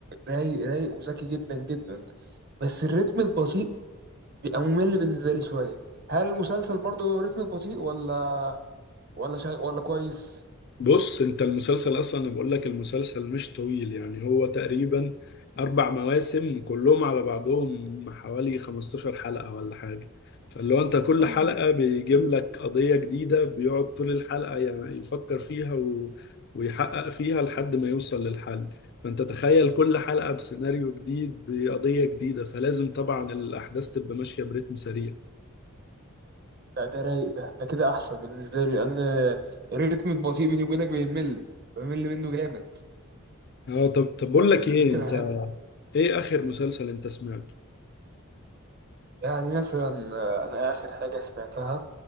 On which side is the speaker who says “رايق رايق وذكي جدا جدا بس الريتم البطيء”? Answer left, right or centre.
Right